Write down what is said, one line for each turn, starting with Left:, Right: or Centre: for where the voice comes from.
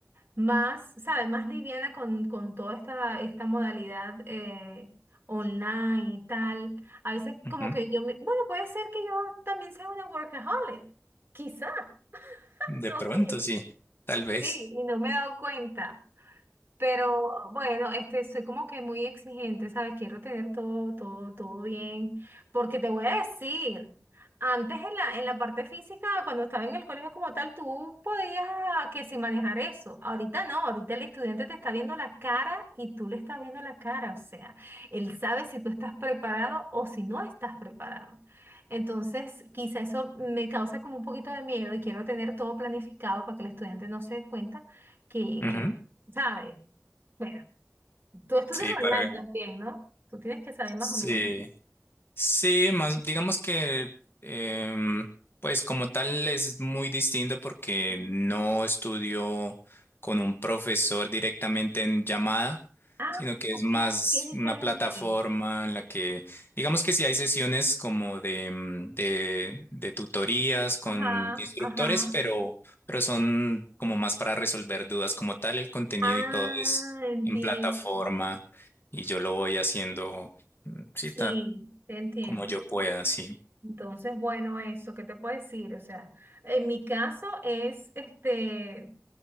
Right: más, ¿sabes? Más liviana con, con toda esta, esta modalidad eh, online y tal, a veces como
Left: Ujú.
Right: que yo, me, bueno, puede ser que yo también sea una workaholic, quizá, <laughs>
Left: De
Right: no
Left: pronto,
Right: sé,
Left: sí, tal vez.
Right: sí, y no me he dado cuenta. Pero bueno, este, soy como que muy exigente, ¿sabes? Quiero tener todo, todo, todo bien. Porque te voy a decir, antes en la, en la parte física, cuando estaba en el colegio como tal, tú podías que si manejar eso. Ahorita no, ahorita el estudiante te está viendo la cara y tú le estás viendo la cara. O sea, él sabe si tú estás preparado o si no estás preparado. Entonces, quizá eso me causa como un poquito de miedo y quiero tener todo planificado para que el estudiante no se dé cuenta que,
Left: Ujú.
Right: que ¿sabes? Bueno, tú estudias
Left: Sí, para...
Right: online también, ¿no? Tú tienes que saber más
Left: Sí.
Right: o menos.
Left: Sí, más digamos que em, pues como tal es muy distinto porque no estudio con un profesor directamente en llamada,
Right: Ah,
Left: sino que
Right: ok,
Left: es más
Right: es diferente.
Left: una plataforma en la que digamos que sí hay sesiones como de, mm, de, de tutorías con
Right: Ajá,
Left: instructores,
Right: ajá.
Left: pero, pero son como más para resolver dudas como tal, el contenido
Right: Ah,
Left: y todo es
Right: entiendo.
Left: en plataforma y yo lo voy haciendo. Mm, Sí,
Right: Sí, te entiendo.
Left: como yo pueda, sí.
Right: Entonces, bueno, eso, ¿qué te puedo decir? O sea, en mi caso es este